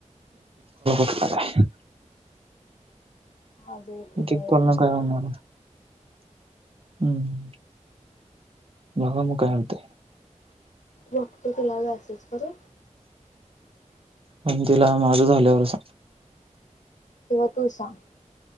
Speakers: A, on the right (about 45°); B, on the left (about 70°).
A: बा बाय
B: आज एक उद्या
A: िक करोल
B: एक
A: ना
B: असं
A: काय होणार हम्म माझा म काय होत
B: वक्त तलाव असंच करू
A: पण तिला माझं झाल्यावर
B: किंवा तू सांग